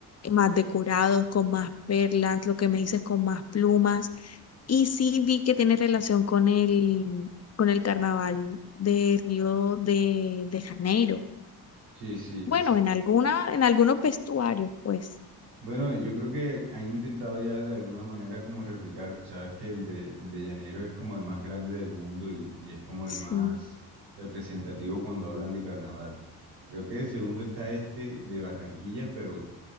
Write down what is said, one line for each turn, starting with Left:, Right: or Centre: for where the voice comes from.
Left: más decorados, con más perlas, lo que me dices, con más plumas. Y sí vi que tiene relación con el, con el carnaval de Río de, de Janeiro.
Right: Sí, sí,
Left: Bueno,
Right: sí,
Left: en alguna, en algunos vestuarios, pues.
Right: Bueno, yo creo que han intentado ya de alguna manera como replicar, sabes que el de, el de Llaneros es como el más grande del mundo y, y es como
Left: Sí,
Right: el más representativo cuando hablan de carnaval. Creo que de segundo está este de Barranquilla, pero